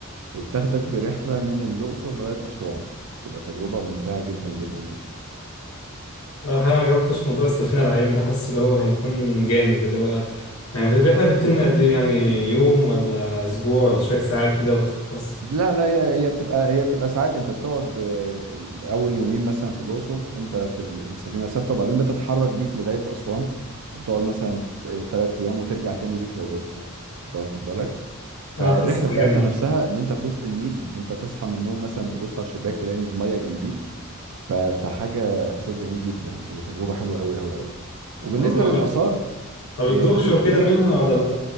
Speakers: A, on the right; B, on the left.
A: وبتاخدك برحله من الاقصر لغايه اسوان بتبقى تجربه ممتعه جدا جدا جدا
B: لو الحقيقة ما جربتش موضوع السفينة العايمة ده حاسس اللي هو هيكون جامد اللي هو يعني الرحلة بتتم قد إيه يعني يوم ولا أسبوع ولا شوية ساعات كده وتخلص
A: لا لا هي هي بتبقى هي بتبقى ساعات انت بتقعد آه، اول يومين مثلا في الاقصر انت في ال- السفينه ثابته وبعدين بتتحرك بيك لغايه اسوان وبتقعد مثلا ثلاث ايام وترجع تاني بيك للاقصر انت واخد بالك
B: أه
A: فالرحله
B: حاسسها
A: بتاعتها
B: جامدة
A: نفسها ان انت في وسط النيل انت تصحى من النوم مثلا تبص على الشباك تلاقي الميه جنبيك ف- فحاجه احساس جميل جدا وتجربه حلوه قوي قوي قوي وبالنسبه
B: طب ما
A: للاثار
B: بت- ما
A: آه،
B: بتدوخش
A: والمعابد
B: وكده منها ولا لأ؟